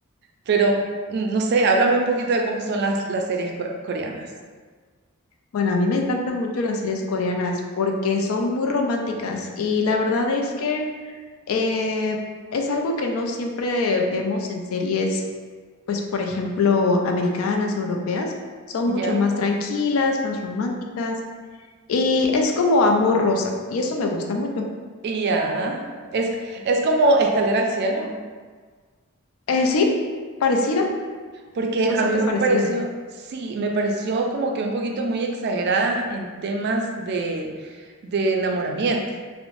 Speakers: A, on the right; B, on the left.
A: Pero mm, no sé, háblame un poquito de cómo son las, las series co- coreanas.
B: Bueno, a mí me encantan mucho las series coreanas porque son muy románticas y la verdad es que eh, es algo que no siempre vemos en series, pues por ejemplo, americanas, europeas. Son mucho
A: Ya.
B: más tranquilas, más románticas Y es como amor rosa, y eso me gusta mucho.
A: Y ya, es, es como Escalera al Cielo.
B: Eh, sí, parecida,
A: Porque
B: es bastante
A: a Es mí me bastante
B: parecida.
A: fuerte. pareció, sí, me pareció como que un poquito muy exagerada en temas de, de enamoramiento,